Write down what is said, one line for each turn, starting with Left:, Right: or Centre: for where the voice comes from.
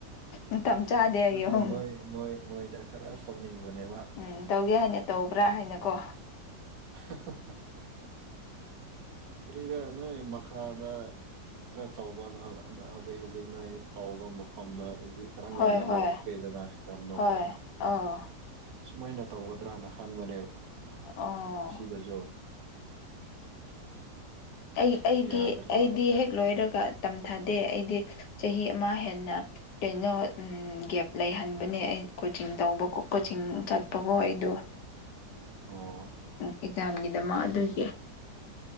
Left: ꯃꯇꯝ ꯆꯥꯗꯦ
Right: ꯑꯗꯨꯅꯤ
Left: ꯑꯩ ꯑꯍꯨꯝ
Right: ꯃꯣꯏ ꯃꯣꯏ ꯃꯣꯏꯗ ꯈꯔ ꯁꯥꯎꯅꯤꯡꯕꯅꯦꯕ
Left: ꯎꯝ ꯇꯧꯒꯦ ꯍꯥꯏꯅꯤ ꯇꯧꯕ꯭ꯔꯥ ꯍꯥꯏꯅꯀꯣ
Right: <unintelligible> ꯀꯔꯤꯔꯅ ꯃꯁꯥꯗ ꯈꯔ ꯆꯥꯎꯧꯕ ꯍꯧꯖꯤꯛ ꯍꯧꯖꯤꯛꯅ ꯇꯥꯎꯕ ꯃꯐꯝꯗ ꯑꯗꯒꯤ ꯀꯔꯝ
Left: ꯍꯣꯏ
Right: ꯀꯥꯟꯗ
Left: ꯍꯣꯏ
Right: ꯂꯣꯏꯈ꯭ꯔꯦꯗꯅ ꯑꯦꯛꯖꯥꯝꯅꯣ
Left: ꯍꯣꯏ ꯑꯥ
Right: ꯁꯨꯃꯥꯏꯅ ꯇꯧꯒꯗ꯭ꯔꯅ ꯈꯟꯕꯅꯦꯕ
Left: ꯑꯣ
Right: ꯁꯤꯗꯁꯨ
Left: ꯑꯩ ꯑꯩꯗꯤ
Right: ꯌꯥꯗ꯭ꯔꯦ
Left: ꯑꯩꯗꯤ ꯍꯦꯛ ꯂꯣꯏꯔꯒ ꯇꯝꯊꯥꯗ ꯗꯦ ꯑꯩꯗꯤ ꯆꯍꯤ ꯑꯃ ꯍꯦꯟꯅ ꯀꯩꯅꯣ ꯒꯦꯞ ꯂꯩꯍꯟꯕꯅꯦ ꯑꯩ ꯀꯣꯆꯤꯡ ꯇꯧꯕ ꯀꯣꯆꯤꯡ ꯆꯠꯄꯀꯣ ꯑꯩꯗꯣ
Right: ꯑꯣ
Left: ꯑꯦꯛꯖꯥꯝꯒꯤꯗꯃꯛ ꯑꯗꯨꯒꯤ